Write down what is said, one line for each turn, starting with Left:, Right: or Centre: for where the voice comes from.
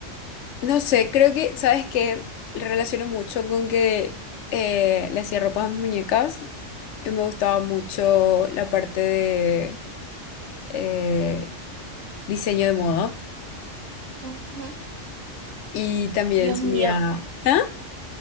Left: no sé, creo que, ¿sabes qué? Relaciono mucho con que eh, le hacía ropa a mis muñecas. y Me gustaba mucho la parte de eh, diseño de moda
Right: Ujú.
Left: y también
Right: Dios
Left: solía...
Right: mío,
Left: ¿Ah?